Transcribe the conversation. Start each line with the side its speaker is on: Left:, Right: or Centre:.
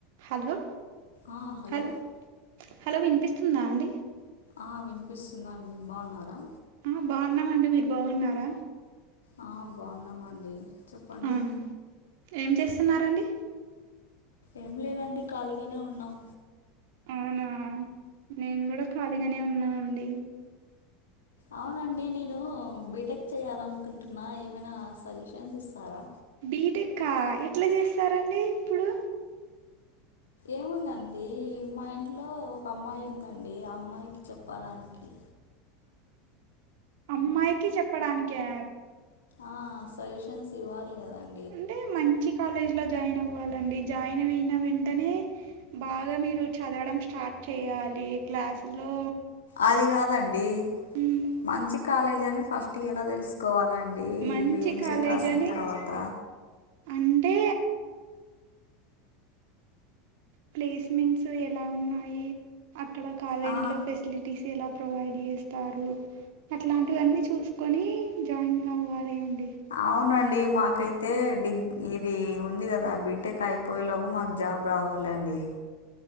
Right: హలో
Left: ఆ హలో
Right: హల్ హలో వినిపిస్తుందా అండి
Left: ఆ వినిపిస్తుందాండి బాగున్నారా
Right: ఆ బాగున్నామండి మీరు బాగున్నారా
Left: ఆ బాగున్నామండి చెప్పండి
Right: అవునా ఏం చేస్తున్నారండి
Left: ఏం లేదండి ఖాళీగానే ఉన్నాం
Right: అవునా నేను కూడా ఖాళీగానే ఉన్నానండి
Left: అవునండి నేను బీటెక్ చేయాలనుకుంటున్నా ఏమైనా సజెషన్స్ ఇస్తారా
Right: బీటెక్క ఎట్లా చేస్తారండి ఇప్పుడు
Left: ఏముందండి మా ఇంట్లో ఒక అమ్మాయి ఉందండి ఆ అమ్మాయికి చెప్పడానికి
Right: అమ్మాయికి చెప్పడానికా
Left: ఆ సజెషన్స్ ఇవ్వాలి కదాండి
Right: అంటే మంచి కాలేజీ ల జాయిన్ అవ్వాలండి జాయినవేన వెంటనే బాగా మీరు చదవడం స్టార్ట్ చేయాలి క్లాసులో
Left: అది కాదండి
Right: మ్,
Left: మంచి కాలేజ్ అని ఫస్ట్ టీ ఎలా తెలుసుకోవాలండి
Right: మంచి
Left: ఇవి ఎంసెట్
Right: కాలేజ్
Left: రాసిన
Right: అని
Left: తర్వాత
Right: అంటే ప్లేస్మెంట్స్ ఎలా ఉన్నాయి అక్కడ కాలేజీ
Left: ఆ
Right: లో ఫెసిలి టీసేలా ప్రొవైడ్ చేస్తారు అట్లాంటివన్నీ చూసుకొని జాయిన్ అవాలి అండి
Left: అవునండి మాకైతే డిగ్ ఇది ఉంది కదా బీటెక్ అయిపోయేలోపు మాకు జాబ్ రావాలండి